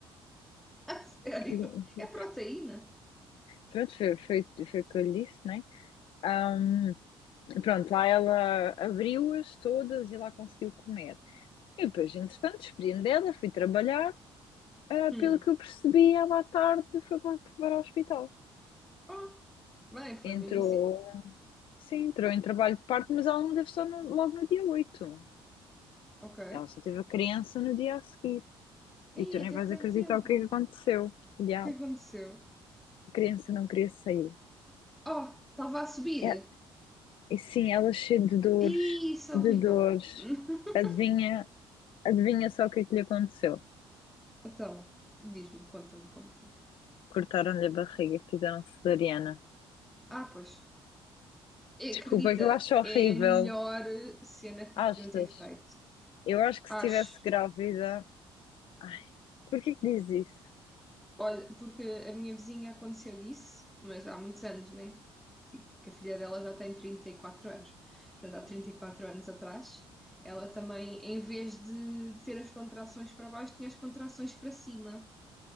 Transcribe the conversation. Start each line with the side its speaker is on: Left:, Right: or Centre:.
Centre: <laughs> a sério,
Left: e
Centre: é proteína.
Left: pronto, foi, foi, foi o que eu lhe disse, né? Ahm, pronto, lá ela abriu-as todas e lá conseguiu comer. E depois, entretanto, despedi-me dela, fui trabalhar, ah,
Centre: Hum.
Left: pelo que eu percebi, ela à tarde foi para, para o hospital.
Centre: Oh, Bem, foi
Left: Entrou,
Centre: mesmo isso.
Left: sim, entrou em trabalho de parto, mas ela não teve só no- logo no dia oito
Centre: Ok.
Left: Ela só teve a criança no dia a seguir.
Centre: Ih,
Left: E tu nem
Centre: teve
Left: vais
Centre: tanto
Left: acreditar
Centre: tempo.
Left: o que é
Centre: O
Left: que aconteceu. E a
Centre: que aconteceu?
Left: criança não queria sair.
Centre: Oh, estava a subir.
Left: É- e sim, ela é cheia de dores,
Centre: Ih, isso é
Left: de
Centre: horrível.
Left: dores.
Centre: <laughs>
Left: Adivinha, adivinha só o que é que lhe aconteceu?
Centre: Então, diz-me, conta-me, conta-me.
Left: Cortaram-lhe a barriga fizeram cesariana.
Centre: Ah, pois. Acredita,
Left: Desculpa, que eu acho horrível.
Centre: é a melhor cena que
Left: Achas?
Centre: lhe podiam ter feito.
Left: Eu acho que
Centre: Acho.
Left: se estivesse grávida. Ai, porquê que diz isso?
Centre: Olha, porque a minha vizinha aconteceu isso, mas há muitos anos, né? Tipo, que a filha dela já tem 34 anos. Portanto, há 34 anos atrás, ela também, em vez de ter as contrações para baixo, tinha as contrações para cima.